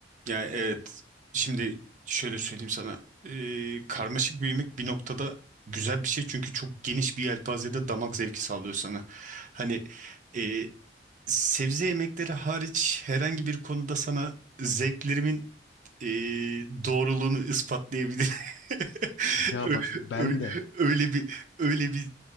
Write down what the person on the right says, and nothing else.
yani evet şimdi şöyle söyleyeyim sana Ee, karmaşık büyümek bir noktada güzel bir şey çünkü çok geniş bir yelpazede damak zevki sağlıyor sana. Hani e, sebze yemekleri hariç herhangi bir konuda sana zevklerimin e, doğruluğunu ispatlayabilir. <laughs>
Ö-
ö-
Öyle bir öyle bir